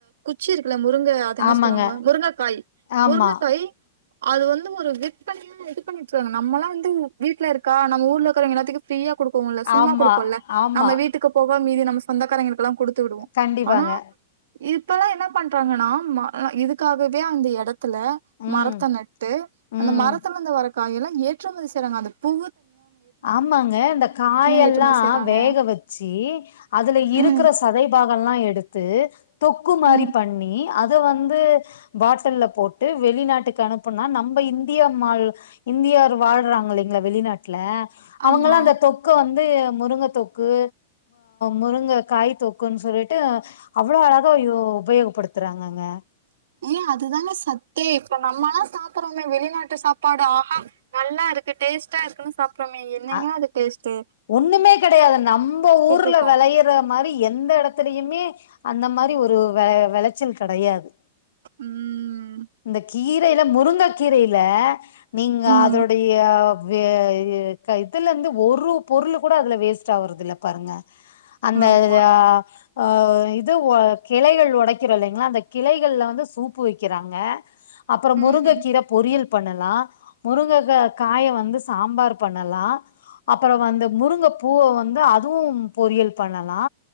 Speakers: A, on the right; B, on the left.
A: ச்சி இருக்குல முருங்கை அது என்ன
B: ஆமாங்க
A: சொல்லுவாங்க முருங்கக்காய்
B: ஆமா
A: முருங்க அது வந்து ஒரு விற்பண்ணைய இது பண்ணிட்டு இருக்காங்க நம்மல்லாம் வந்து வீடல இருக்கா நம்ம ஊர்ல இருக்கறவங்க எல்லாத்துக்கும் ஃப்ரீயா கொடுக்கோம் சும்மா
B: ஆமா
A: கொடுக்கும்ல
B: ஆமா
A: நம்ம வீட்டுக்கு போக மதி நம்ம சொந்தக்காரங்க இருக்கலாம் குடுத்து விடுவோம்
B: கண்டிப்பாங்க
A: ஆனா இப்பல்லாம் என்ன பண்றாங்கன்னா இதுக்காகவே அந்த இடத்துல
B: ம்
A: மரத்தை நட்டு அந்த
B: ம்
A: மரத்துலந்த வர காய எல்லாம் ஏற்றுமதி செய்றாங்க அந்த பூ
B: ஆமாங்க இந்த காயெல்லாம்
A: ஏற்றுமதி செய்றாங்க
B: வேக வச்சு அதுல இருக்கற
A: ம்
B: சதைபாகம் எல்லாம் எடுத்து தொக்கு மாதிரி
A: ம்
B: பண்ணி அதை வந்து பாட்டில் போட்டு வெளிநாட்டுக்கு அனுப்பணும்னா நம்ம இந்தியாழ் இந்தியா வாழ்றாங்க இலைங்களா வெளிநாட்டுல அவங்காம்
A: ஆமா
B: அந்த தொக்கை வந்து முருங்கை தொக்கு முருங்கை காய் தொக்குன்னு சொல்லிட்டு அவ்வளோ அழகாயோ உபயோகப்படுத்துறாங்கங்க
A: ஏ அதுதானே சத்தே இப்ப நம்ம எல்லாம் சாப்பிடுறோமே வெளிநாட்டு சாப்பாடு ஆகா நல்லாருக்கு டேஸ்ட்டா இருக்குன்னு ப்றமே என்னங்கய
B: அ
A: அது டேஸ்டு
B: ஒண்ணுமே கெடையாது நம்ம ஊர்ல
A: இருக்கோ
B: விளையிற மாரி எந்த இடத்துலயுமே அந்த மாரி ஒரு வ வெளைச்சல் கெடையாது
A: ம்
B: ந்த கீர் ரையில முருங்கக் கீரையில நீங்க
A: ம்
B: அதோடைய வே இ க த்துல ருந்து ஒரு பொருளு கூட அதுல வேஸ்ட்டா ஆவுறது இல்ல பாருங்க அந்த
A: ஆமா
B: அ ஆ இது உ கிளைகள் உடைக்கிறோல்லங்களயா அந்த கிளைகள்ல வந்து சூப்பு வைக்கிறா ங்க அப்றோ முருங்கைக்கீர
A: ம்
B: பொரியல் பண்ணலா முருங்ககா காய வந்து சாம்பார் பண்ணலா அப்புறோ வந்த முருங்கை பூவ வந்து அதுவும் பொரியல் பண்ணலா